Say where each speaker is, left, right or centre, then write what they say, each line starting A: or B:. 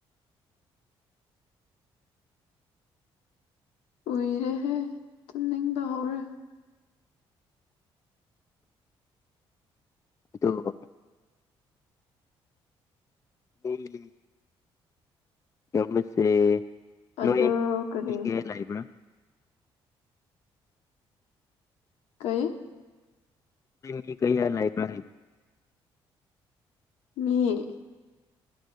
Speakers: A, on the left (about 80°); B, on the left (about 30°).
A: ꯎꯏꯔꯦ ꯍꯦ ꯇꯨꯝꯅꯤꯡꯕ ꯍꯧꯔꯦ
B: ꯑꯗꯨ <unintelligible> ꯅꯝꯕꯁꯦ
A: ꯑꯗꯣ
B: ꯅꯣꯏ
A: ꯀꯔꯤ
B: ꯃꯤ ꯀꯌꯥ ꯂꯩꯕ꯭ꯔꯥ
A: ꯀꯩ
B: ꯃꯤ ꯀꯩ ꯍꯥꯏ ꯂꯥꯏꯕꯔꯥ
A: ꯃꯤ